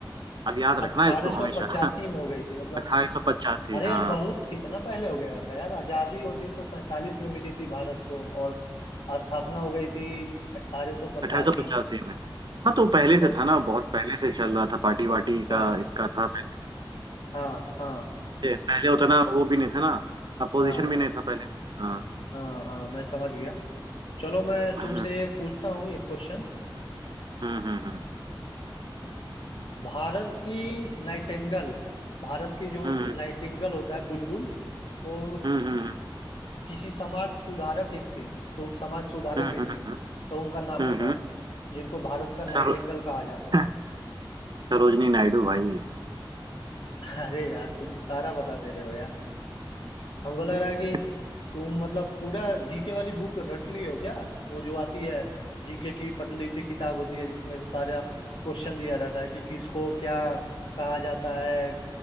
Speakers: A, on the right (about 55°); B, on the left (about 80°).
A: अब याद
B: 1885
A: रखना इसको हमेशा <laughs>
B: में हो गई थी मतलब
A: 1885
B: अरे
A: हाँ
B: यार बहुत कितना पहले हो गया था यार आज़ादी 1947 में मिली थी भारत को और स्थापना हो गई थी 1885
A: 1885
B: में
A: में हाँ तो पहले
B: मतलब
A: से था ना बहुत पहले से चल रहा था पार्टी वार्टी
B: अच्छा
A: का इनका था पहले
B: हाँ हाँ
A: ये पहले उतना वो भी नहीं था ना अपोजिशन
B: हाँ
A: भी नहीं था पहले हाँ
B: हाँ हाँ मैं समझ गया चलो मैं
A: <laughs>
B: तुमसे पूछता हूँ एक क्वेश्चन
A: हम्म हम्म हम्म
B: भारत की नाइटेंगल भारत की जो
A: हम्म
B: नाइटिंगल होता है बुलबुल वो
A: हम्म हम्म हम्म,
B: किसी समाज सुधारक एक थी सु, समाज सुधारक
A: हम्म
B: भी
A: हम्म
B: थी
A: हम्म
B: तो उनका नाम
A: हम्म,
B: बताओ
A: हम्म।
B: जिनको भारत का नाइटेंगल
A: सरो,
B: कहा जाता
A: <laughs>
B: था
A: सरोजनी नायडू भाई
B: <laughs> अरे यार तुम सारा बता दे रहे हो यार हमको लग
A: <laughs>
B: रहा है कि ज- तुम मतलब पूरा जीके वाली बुक रट लिए हो क्या वो जो आती है जीके की पतली सी किताब होती है जिसमें सारा क्वेश्चन दिया रहता है कि किसको क्या कहा जाता है